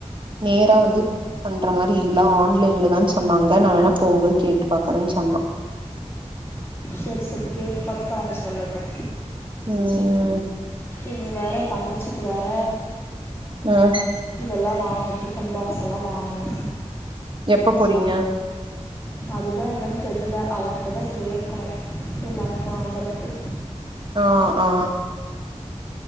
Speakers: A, on the right (about 40°); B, on the left (about 20°).
A: நேரா வந்து வந் ட்ர மாரி இல்ல ஆன்லைன்ல தா சொன்னாங்க நா வேணா போம்போது கேட்டு பாக்கறன் சொன்னா
B: செரி செரி கேட்டு பாத்துட்டு அவுங்க சொல்லட்டு
A: ம் ம்
B: இது வேற தங்கச்சிக்கு வேற
A: ம்
B: இதெல்லா வாங்குணு டிஃபன் பாக்ஸ்ல்லா வாங்குணு
A: எப்ப போறீங்க
B: அதுதா என்னன்னு தெரில அவகிட்ட தா கேக்கணு எல்லாமே வாங்கறக்கு
A: ஆ ஆ